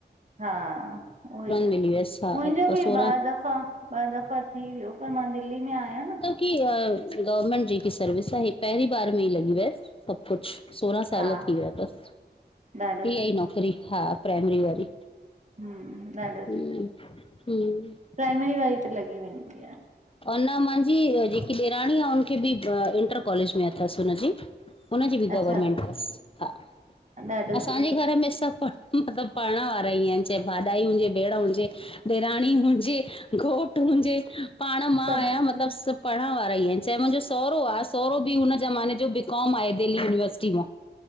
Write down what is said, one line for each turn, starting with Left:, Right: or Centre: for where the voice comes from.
Right: हां उह ई आह
Left: मिली वियसि हा
Right: मुंहिंजो
Left: ब
Right: बी
Left: सोरहं
Right: ॿ दफ़ा ॿ दफ़ा थी वियो पर मां दिल्ली में आहियां न
Left: की गवर्मेंट जेकी सर्विस आह हे पहिरीं बार में ई लॻी वयस सभ कुछ सोरहां साल
Right: हा
Left: थी विया थस
Right: ॾाढो
Left: इहाही
Right: सुठो
Left: ई नौकरी हां प्राइमरी वारी
Right: हम्म ॾाढो सुठो
Left: हम्म हम्म
Right: प्राइमरी वारी त लॻी वेंदी आह
Left: ऐं न महांजी जेकी ॾेराणी आह हुनखे भी इंटर कॉलेज में अथस हुनजी हुनजी बी
Right: अच्छा
Left: गवर्मेंट थस हा
Right: ॾाढो
Left: असांजे
Right: सुठो
Left: घर में सभ मतलब पढ़ण वारा ई आहिन चाहे भाॼाई हुजे भेण हुजे ॾेराणी हुजे घोट हूंजे पाण मां
Right: सभु
Left: आहियां मतलब सभ पढ़ण वारा ई आहिन चाहे मुंहिंजो सोहरो आह सोहरो बी हुन ज़माने जो बीकॉम आहे दिल्ली यूनिवर्सिटी मां